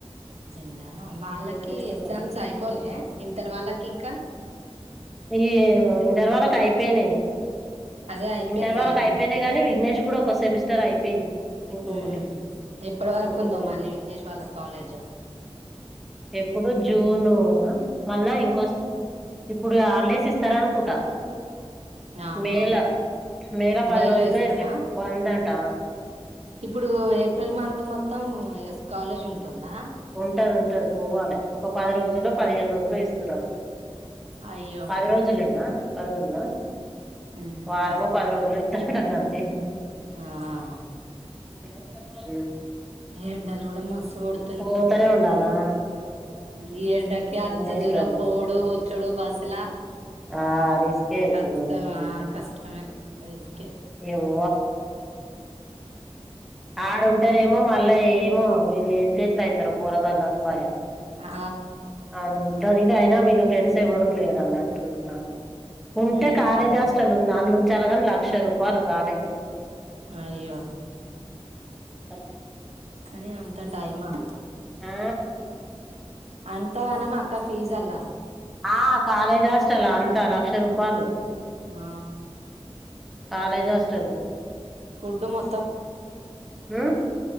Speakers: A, on the right; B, in the centre.
A: పోయిండా వాళ్ళకి
B: విఘ్నేశ్‌గూడా
A: ఎగ్జామ్స్ అయిపోలే ఇంటర్ వాళ్ళకి ఇంకా
B: ఈ ఇంటర్ వాళ్ళకు అయిపోయినాయి
A: అదే అయిపోయిందిగా
B: ఇంటర్ వాళ్ళకు
A: ఇప్పుడు
B: అయిపోయినాయి గాని విఘ్నేష్ కుడ ఒక సెమిస్టర్ అయిపోయింది ఇంకొకటి
A: హ్మ్ హు ఎప్పటి వరకు
B: ఇంకొకటి
A: ఉందో మళ్ళీ
B: ఉంటది
A: విఘ్నేష్ వాళ్ళ కాలేజు
B: ఎప్పుడు జూన్ అవునా మళ్ళా ఇంకోస్తది ఇప్పుడు ఆల్డేస్ ఇస్తారా అనుకుంట
A: ఆహా
B: మేల మేల
A: మేలో
B: పది రోజులో
A: ఇస్తారా
B: ఇరవై బందంట అ
A: ఇప్పుడు ఏప్రిల్ మంత్ మొత్తం ఇగ కాలేజ్ ఉంటుందా
B: ఉంటది ఉంటది పోవాలె ఒక పది రోజులో పదిహేను రోజులో ఇస్తూరటా
A: అయ్యో
B: పది రోజులేనా పది రోజులా
A: మ్మ్
B: వారమొ
A: హ్మ్
B: పది రోజులో అడ గంతే
A: ఆ ఆ ఆ
B: నిన్నట్లేక్క
A: ఎండాలు కూడా మస్సు కొడ్
B: పోతనే ఉండాలా
A: ఈ ఎండాకి అంత
B: దినేష్
A: దూరం
B: గారు
A: పోవుడు వచ్చుడు బస్ లా
B: ఆ రిస్కే అయితుంది
A: కష్టమా
B: వాళ్లకి
A: కష్టమే ఏరికే
B: ఏమో అడుంటనెమో మళ్ళా ఏమో వీళ్ళు ఎట్ల ఎట్ల అయితారు పోరగాళ్ళని భయం
A: ఆ
B: ఆడుంటది అయినా వీళ్ళ ఫ్రెండ్స్ ఎవడు లేడు అన్నట్టున్నారు ఉంటే
A: ఉమ్
B: కాలేజ్ హాస్టల్ ఉంది దాలో ఉంచాలా గని లక్ష రూపాయలు కాలేజీలా
A: అయ్యో
B: అ
A: కనీ అంత టైమా
B: ఆ
A: అంతగనం అక్క ఫీజ్ అల్లా
B: ఆ కాలేజ్ హాస్టల్లా అంత లక్ష రూపాలు
A: ఆ
B: కాలేజ్ హస్టల్ ఇప్పుడు
A: ఫుడ్ మొత్తం
B: మ్మ్